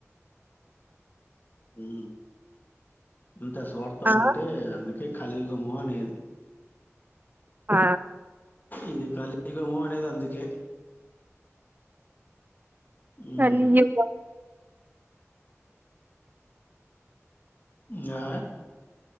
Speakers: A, on the left; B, on the right.
A: ఉ ఇంత స్వార్థం
B: ఆ!
A: అంటే అందుకే కలియుగము అనేది
B: ఆ
A: ఇది కలియుగం అనేది అందుకే మ్మ్
B: కలియుగం
A: ఆ